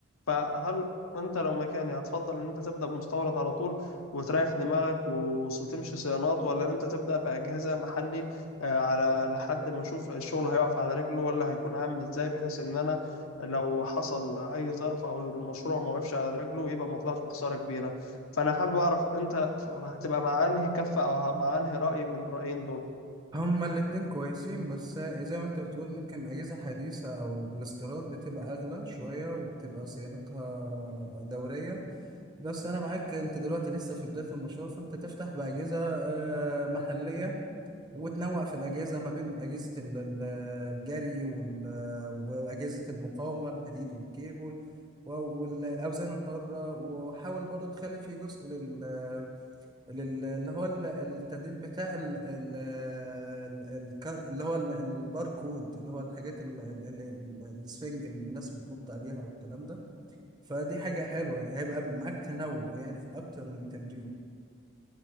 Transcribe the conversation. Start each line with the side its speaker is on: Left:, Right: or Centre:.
Left: فهل انت لو مكاني هتفضل ان انت تبدا بمستورد على طول وتريح دماغك و- وتمشي صيانات ولا ان انت تبدا باجهزه محلي آه، على لحد ما اشوف الشغل هيقف على رجله ولا هيكون عامل ازاي بحيث ان انا لو حصل اي ظرف او المشروع ما وقفش على رجله يبقى ما طلعش بخساره كبيره فانا حابب اعرف انت ف- هتبقى مع انهي كفه او ه- مع انهي راي من الرايين دول
Right: هما الاتنين كويسين بس آه، زي ما انت بتقول ممكن اجهزه حديثه او الاستيراد بتبقى اغلى شويه وبتبقى صيانتها دوريه بس انا معاك انت دلوقتي لسه في بدايه المشروع فانت تفتح باجهزه آه، محليه وتنوع في الأجهزة ما بين أجهزة ال- ال- الجري وال- وأجهزة المقاومة الحديد والكيبل و- والأوزان الحرة وحاول برضه تخلي في جزء لل لل- اللي هو ال- التدريب بتاع ال... ال... ال- الكار... اللي هو ال- الباركود اللي هو الحاجات ال... ال... ال... السفنج اللي الناس بتنط عليها والكلام ده فدي حاجة حلوة يعني هيبقى معاك تنوع يعني في أكتر من تمرين